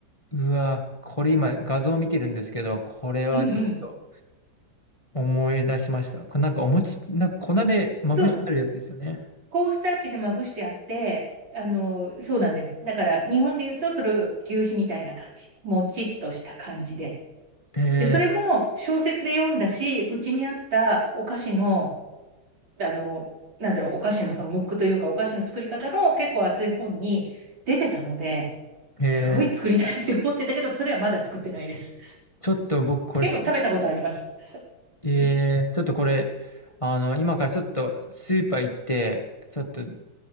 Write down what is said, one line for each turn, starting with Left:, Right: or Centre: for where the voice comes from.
Left: うわ、これ今画像見てるんですけど、これはちょっと
Right: うんうん。
Left: 思い出しました。これなんかお餅、なんか粉でまぶしてあるやつですよね。
Right: そう、コーンスターチでまぶしてあって、あの、そうなんです。だから、日本で言うと、それ、牛皮みたいな感じ。もちっとした感じで。
Left: え
Right: で、それも小説で読んだし、うちにあったお菓子のあの、なんだろう、お菓子のそのムックというか、お菓子の作り方の結構厚い本に出てたので、
Left: ー、
Right: すごい作りたいって思ってたけど、
Left: えー
Right: それはまだ作ってないです。
Left: ちょっと僕これし、
Right: でも食べたことあります。
Left: えー、
Right: <laughs>
Left: ちょっとこれ、あの、今からちょっとスーパー行って、ちょっと